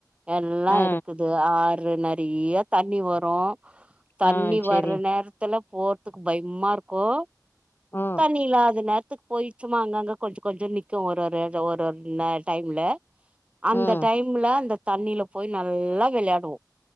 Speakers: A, on the right; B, on the left.
A: எல்லா
B: ஆ
A: இருக்குது து ஆறு நெறைய தண்ணி வரு தண்ணி
B: ஆ சேரிங்
A: வர்ற நேரத்துல போறதுக்கு பயம்மா இருக்கு
B: ம்
A: தண்ணி இல்லாத நேரத்துக்கு போயி சும்மா அங்கங்க கொஞ்ச கொஞ்சோ நிக்கு ஒரு ஒரு ஒரு ஒரு நே டைம்ல அந்த
B: ம்
A: டைம்ல அந்த தண்ணில போய் நல்லா வெளயாடுவோ